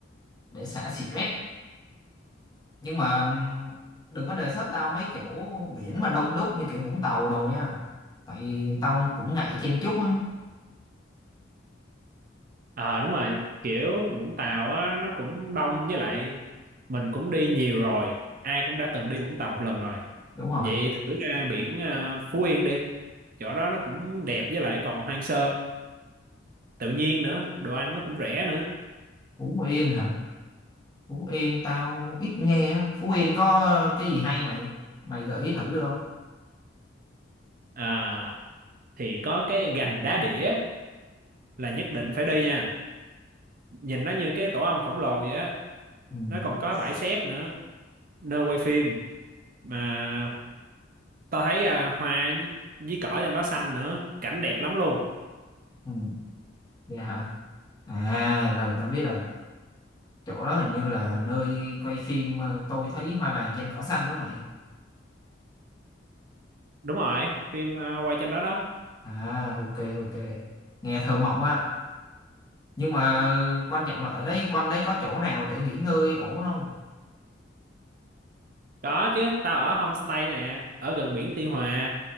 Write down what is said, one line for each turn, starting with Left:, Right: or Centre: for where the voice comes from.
Left: để xả stress. Nhưng mà ừm, đừng có đề xuất tao mấy chỗ biển mà đông đúc như kiểu Vũng Tàu đồ nha. Tại tao cũng ngại chen chúc á.
Right: Ờ đúng rồi, kiểu Vũng Tàu á nó cũng đông với lại mình cũng đi nhiều rồi, ai cũng đã từng đi Vũng Tàu một lần rồi.
Left: đúng rồi
Right: Vậy thử ra biển ờ, Phú Yên đi. Chỗ đó nó cũng đẹp với lại còn hoang sơ, tự nhiên nữa, đồ ăn nó cũng rẻ nữa.
Left: Phú Yên hả Phú Yên tao ít nghe á. Phú Yên có cái gì hay mày mày gợi ý thử được không
Right: À, thì có cái gành đá đĩa là nhất định phải đi nha nhìn nó như cái tổ ong khổng lồ vậy á
Left: ừ
Right: nó còn có bãi xép nữa nơi quay phim mà tao thấy à, hoa với, với cỏ trên đó xanh nữa cảnh đẹp lắm luôn
Left: ừ vậy hả à rồi tao biết rồi chỗ đó hình như là nơi quay phim ờ, tôi thấy hoa vàng trên cỏ xanh đúng không mày
Right: đúng rồi phim à, quay trên đó đó
Left: à ok ok nghe thơ mộng á nhưng mà quan trọng là ở đây quanh đấy có chỗ nào để nghỉ ngơi ổn không
Right: có chứ tao ở homestay nè ở gần biển Tuy Hòa